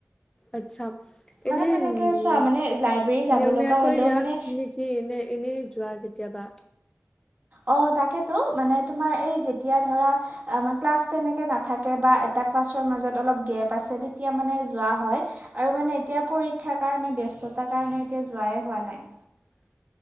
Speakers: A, on the left; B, on the right.
A: আচ্ছা! এনে,
B: মানে তেনেকৈ
A: উম
B: চোৱা মানে লাইব্ৰেৰী যাব
A: নিয়মীয়াকৈ
B: লগা হ'লেও মানে
A: নেকি, এনে, এনেই যোৱা কেতিয়াবা?
B: অ'! তাকেইতো, তোমাৰ এই যেতিয়া ধৰা, ক্লাছ তেনেকে নাথাকে বা এটা ক্লাছৰ মাজত অলপ, গেপ আছে। তেতিয়া মানে যোৱা হয় আৰু মানে, এতিয়া পৰীক্ষাৰ কাৰণে ব্যস্ততাৰ কাৰণে, এতিয়া যোৱাই হোৱা নাই।
A: <unintelligible>